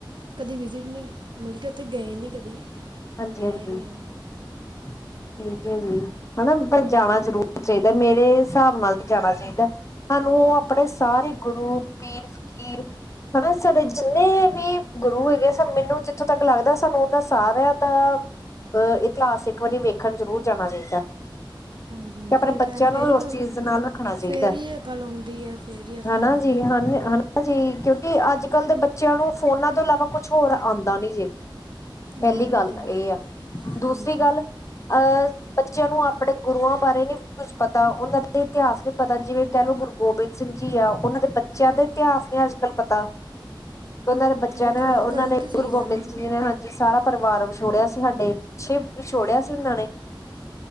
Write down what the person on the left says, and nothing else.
ਹਾਂਜੀ
ਹਾਂਜੀ
ਠੀਕ ਹੈ ਜੀ, ਹਨਾ ਪਰ ਜਾਣਾ ਜ਼ਰੂਰ ਚਾਹੀਦਾ। ਮੇਰੇ ਹਿਸਾਬ ਨਾਲ ਤੇ ਜਾਣਾ ਚਾਹੀਦਾ ਹੈ, ਸਾਨੂੰ ਉਹ ਅਪਣੇ ਸਾਰੇ ਗੁਰੂ, ਪੀਰ, ਫ਼ਕੀਰ ਹਨਾ ਸਾਡੇ ਜਿੰਨੇ ਵੀ ਗੁਰੂ ਹੈਗੇ ਸਨ, ਮੈਨੂੰ ਜਿੱਥੋਂ ਤੱਕ ਲੱਗਦਾ ਸਾਨੂੰ ਉਹਨਾਂ ਸਾਰਿਆਂ ਦਾ ਅਹ ਇਤਿਹਾਸ ਇੱਕ ਵਾਰੀ ਵੇਖਣ ਜ਼ਰੂਰ ਜਾਣਾ ਚਾਹੀਦਾ।
ਤੇ ਅਪਨੇ
ਬੱਚਿਆਂ
ਨੂੰ
ਉਸ ਚੀਜ਼ ਦੇ ਨਾਲ ਰੱਖਣਾ ਚਾਹੀਦੇ,
ਹੇਨਾ
ਜੀ
ਹ ਹੇਨਾ ਜੀ, ਕਿਉਂਕਿ ਅੱਜ ਕੱਲ ਦੇ ਬੱਚਿਆਂ ਨੂੰ ਫੋਨਾਂ ਤੋਂ ਇਲਾਵਾ ਕੁਛ ਹੋਰ ਆਂਦਾ ਨੀ ਜੇ। ਪਹਿਲੀ
ਗੱਲ
ਤੇ
ਇਹ ਆ, ਦੂਸਰੀ
ਗੱਲ, ਅਹ ਬੱਚਿਆਂ ਨੂੰ ਆਪਣੇ ਗੁਰੂਆਂ ਬਾਰੇ ਨੀ ਕੁੱਝ ਪਤਾ, ਉਹਨਾਂ ਦੇ ਇਤਿਹਾਸ ਨੀ ਪਤਾ ਜਿਵੇਂ ਕਹਿ ਲਓ ਗੁਰੂ ਗੋਬਿੰਦ ਸਿੰਘ ਜੀ। ਉਹਨਾਂ ਦੇ ਬੱਚਿਆਂ ਦੇ ਇਤਿਹਾਸ ਨੇ ਅੱਜ ਕੱਲ ਪਤਾ। ਉਹਨਾਂ ਦੇ ਬੱਚਿਆਂ
ਨੇ ਉਹਨਾਂ
ਨੇ
ਗੁਰੂ ਗੋਬਿੰਦ
ਸਿੰਘ ਜੀ ਨੇ, ਹਾਂਜੀ, ਸਾਰਾ ਪਰਿਵਾਰ ਵਿਛੋੜਿਆ ਸੀ ਸਾਡੇ ਛੇ ਵਿਛੋੜਿਆ ਸੀ ਉੰਨਾ ਨੇ